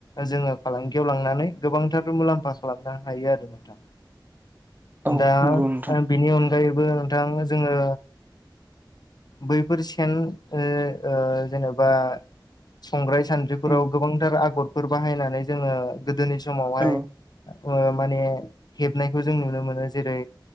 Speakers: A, on the left (about 55°); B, on the right (about 25°).
A: जोङो फालांगियाव लांनानै गोबांथार मुलाम्फा खालामनो हायो आरो नोंथां
B: औ
A: दा
B: नंगौ नोंथां
A: ओ बिनि अनगायैबो नोंथां जोङो बैफोर सेन ओ ओ जेनेबा संग्राय सान बेफोराव
B: उम
A: गोबांथार आगरफोर बाहायनानै जोङो गोदोनि समावहाय
B: औ
A: ओ माने हेबनायखौ जों नुनो मोनो जेरै